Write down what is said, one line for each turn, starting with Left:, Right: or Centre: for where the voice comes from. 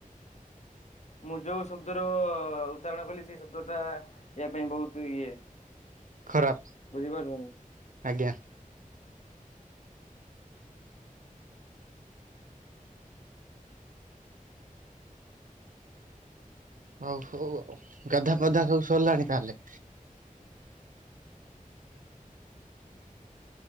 Left: ମୁଁ ଯୋଉ ଶବ୍ଦର ଉଚ୍ଚାରଣ କଲି ସେଇ ଶବ୍ଦ ଟା ୟା ପାଇଁ ବୋହୁତ ଇଏ।
Right: ଖରାପ
Left: ବୁଝିପାରୁଛନ୍ତି।
Right: ଆଜ୍ଞା। ହଉ ହଉ ଆଉ ଗାଧା ପଧା ସବୁ ସରିଲାଣି ତାହେଲେ।